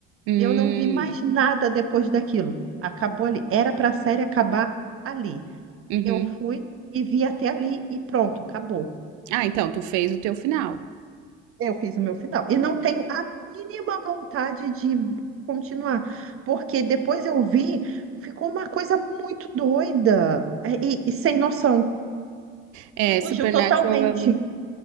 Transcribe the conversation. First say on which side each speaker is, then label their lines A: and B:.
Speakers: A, on the right; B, on the right.
A: Hum,
B: Eu não vi mais nada depois daquilo. Acabou ali. Era para a série acabar ali.
A: uhum.
B: Eu fui e vi até ali e pronto, acabou.
A: Ah, então, tu fez o teu final.
B: Eu fiz o meu final. E não tenho a mínima vontade de continuar, porque depois eu vi, ficou uma coisa muito doida é, e, e sem noção,
A: É,
B: que fugiu
A: Supernatural
B: totalmente.
A: eu